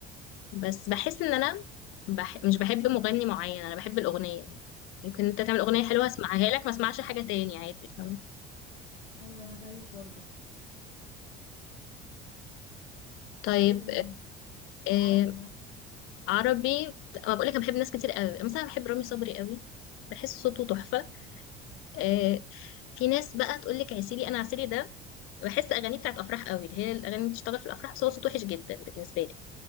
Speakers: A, on the left; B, on the left.
A: بس بحس إن أنا بح... مش بحب مغني معين انا بحب الاغنيه ممكن انت تعمل اغنيه
B: بالظبط
A: حلوه اسمعها لك ما اسمعش حاجه تاني عادي فاهم؟
B: ايوه انا زيك برضو
A: طيب
B: وايه تاني
A: آه...
B: عربي مثلا
A: عربي ما بقول لك انا بحب ناس كتير قوي مثلا بحب رامي صبري قوي بحس صوته تحفه آه... في ناس بقى تقول لك عسيلي انا عسيلي ده بحس اغانيه بتاعت افراح قوي اللي هي الاغاني اللي بتشتغل في الافراح بس هو صوته وحش جدا بالنسبه لي